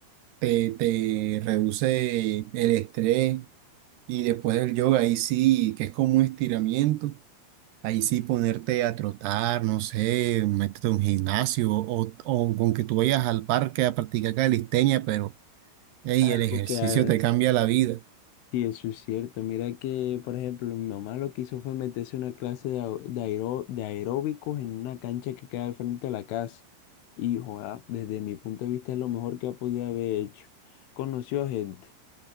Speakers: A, on the right; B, on the left.
A: te, te reduce el estrés. Y después del yoga, ahí sí, que es como un estiramiento, ahí sí ponerte a trotar, no sé, métete a un gimnasio o, o con que tú vayas al parque a practicar calistenia, pero hey,
B: Algo
A: el ejercicio
B: que hagas.
A: te cambia la vida.
B: Sí, eso es cierto. Mira que, por ejemplo, mi mamá lo que hizo fue meterse a una clase de, aer- de, aeró- de aeróbicos en una cancha que queda al frente de la casa. Y, joda, desde mi punto de vista es lo mejor que ha podido haber hecho. Conoció gente,